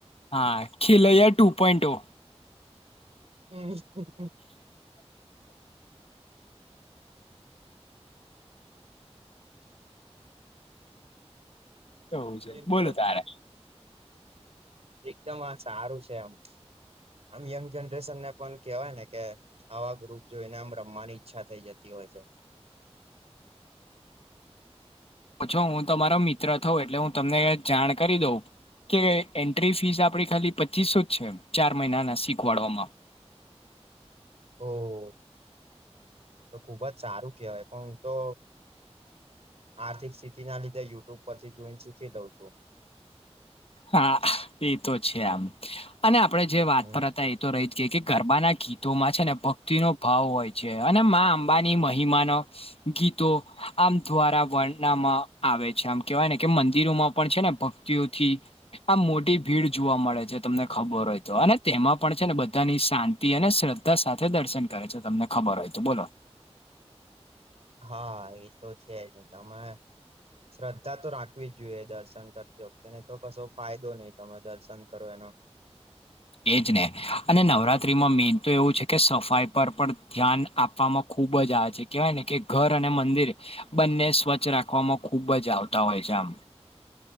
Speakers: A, on the left; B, on the right.
A: હા ખીલૈયા ટુ પોઈન્ટ ઓ.
B: હમ.
A: તોું છે
B: એકદમ
A: બોલો તારે.
B: એકદમ હા સારું છે આમ. આમ યંગ જનરેશન ને પણ કેવાય ને કે આવા ગ્રુપ જોઈને આમ રમવાની. ઈચ્છા થઈ જતી હોય છે.
A: ઓછો હું તમારો મિત્ર થઉ એટલે હું તમને જાણ કરી દઉં. કે એન્ટ્રી ફીસ આપડી ખાલી પચીસો જ છે ચાર મહિના ના શીખવાડવામાં.
B: હ. તો ખુબજ સારું કહેવાય પણ હું તો. આર્થિક સ્થિતિ ના લીધે યટ્યુબ પરથી જોઈ શીખી લઉં છું.
A: હા એતો છે આમ અને આપડેજે વાત
B: હમ
A: પરત. એતો રહી જ ગ કે ગરબાના ગીતોમાં છે ને ભક્તિ નો ભાવ હોય છે અને મામાં અંબાની મહિમાનો. ગીતો આમ દ્વારા વર્ણમાં આવે છે આમ કેવાયને કે મંદિરોમાં પણ છે ને ભ તેઓથી. આ મોટી ભીડ જોવા મળે છે તમને ખબર હોય તો અને તેમાં પણ છે ને બધાની શાંતિ. એને શ્રદ્ધા સાથે દર્શન કરે છે તમને ખબર હોય તો બોલો.
B: હા એ તો છે જ તમે. શ્રદ્ધા તો રાખવી જ જોઈએ દર્શન કરતી વખતે તો કશો ફાયદો નહી તમે દર્શન કરો એનો.
A: એ જ ને અને નવરાત્રીમાં મેન તો એવું છે કે સફાઈ પર પણ ધ્યાન આપવામાં ખૂબજ આવે છે. કેવાય ને કે ઘર અને મંદિર બંને સ્વચ્છ રાખવામાં ખુબજ આવતા હોય છે આમ.